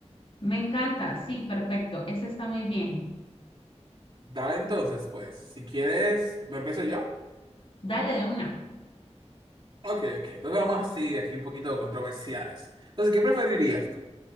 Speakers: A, on the left (about 50°); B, on the right (about 40°).
A: Me encanta, sí, perfecto, ese está muy bien.
B: Dale entonces, pues, si quieres, ¿me empiezo yo?
A: Dale de una.
B: Ok, ok, entonces vamos así, aquí un poquito controversiales. Entonces, ¿qué preferirías tú?